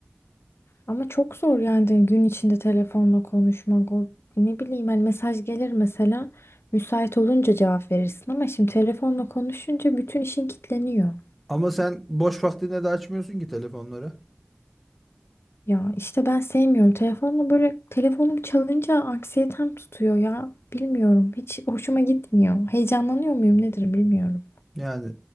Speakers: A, on the left; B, in the centre.
A: Ama çok zor yani gün içinde telefonla konuşmak. O ne bileyim hani mesaj gelir mesela müsait olunca cevap verirsin ama şimdi telefonla konuşunca bütün işin kilitleniyor.
B: Ama sen boş vaktinde de açmıyorsun ki telefonları.
A: Ya işte ben sevmiyorum. Telefonla böyle telefonum çalınca anksiyetem tutuyor ya. Bilmiyorum. Hiç hoşuma gitmiyor. Heyecanlanıyor muyum nedir bilmiyorum.
B: Yani